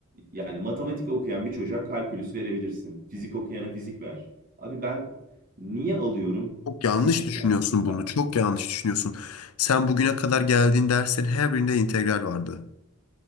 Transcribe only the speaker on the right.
yani matematik okuyan bir çocuğa kalkülüs verebilirsin. Fizik okuyana fizik ver. Abi ben niye alıyorum
fizik
dersini?